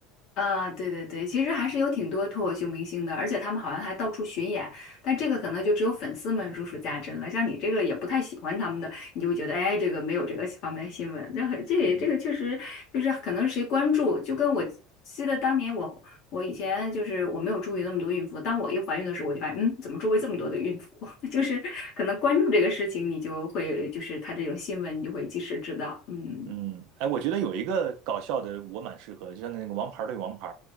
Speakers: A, on the left; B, on the right.
A: 啊，对对对，其实还是有挺多脱口秀明星的，而且他们好像还到处巡演，但这个可能就只有粉丝们如数家珍了。像你这个也不太喜欢他们的，你就会觉得，哎，这个没有这个方面新闻，这很这也这个确实就是可能谁关注，
B: 嗯，
A: 就跟我记得当年我我以前就是我没有注意那么多孕妇，当我一怀孕的时候，我就发现，嗯，怎么周围这么多的孕妇？<laughs> 就是可能关注这个事情，你就会就是他这种新闻，你就会及时知道，嗯
B: 嗯，哎，我觉得有一个搞笑的我蛮适合的，就像那个《王牌对王牌》，